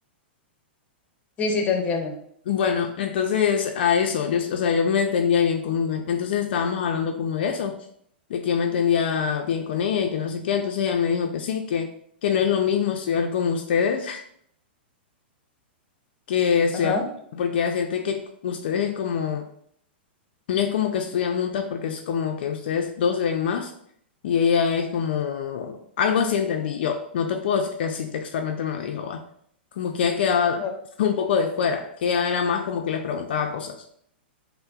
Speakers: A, on the left; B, on the left.
A: Sí, sí, te entiendo.
B: Bueno, entonces a eso, yo, o sea, yo me entendía bien conmigo. Entonces estábamos hablando como de eso, de que yo me entendía bien con ella y que no sé qué. Entonces ella me dijo que sí, que, que no es lo mismo estudiar con ustedes <laughs> que estudiar,
A: Ajá.
B: porque ella siente que ustedes es como No es como que estudian juntas porque es como que ustedes dos se ven más y ella es como, algo así entendí yo. No te puedo decir que así textualmente me lo dijo, va. Como que ella quedaba
A: Ajá.
B: <laughs> un poco de fuera, que ella era más como que les preguntaba cosas.